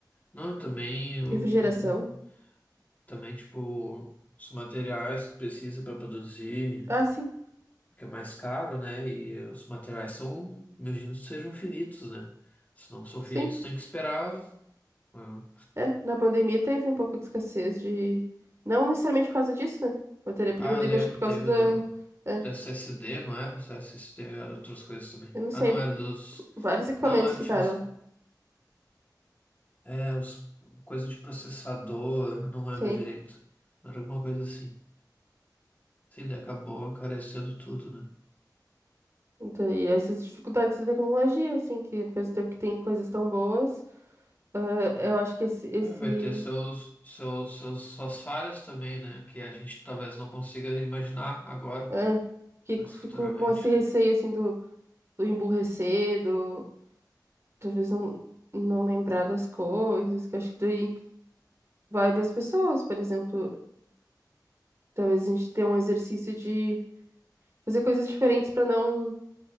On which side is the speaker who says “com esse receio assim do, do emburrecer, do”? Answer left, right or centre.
Right